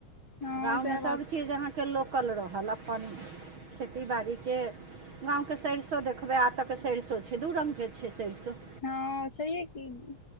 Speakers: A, on the left; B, on the right.
A: हँ।
B: गाँवमे
A: सएह
B: सभचीज
A: बात छै
B: अहाँके लोकल रहल, अपन खेती बाड़ीके। गाँवके सरिसो देखबै आ एतऽके सरिसो छै, दू रंगके छै सरिसो।
A: हँ छैहे कि।